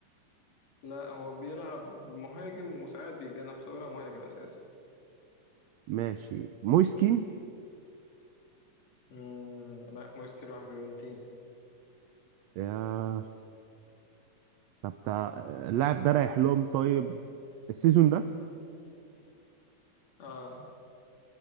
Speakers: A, on the left; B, on the right.
A: لا هو بيلعب مهاجم وساعات بيتجنح بس هو بيلعب مهاجم اساسا
B: ماشي مويسكين
A: مم. لا مويس راح فيورنتين
B: يا طب تا- اللاعب ده رايح لهم طيب السيزون ده
A: اه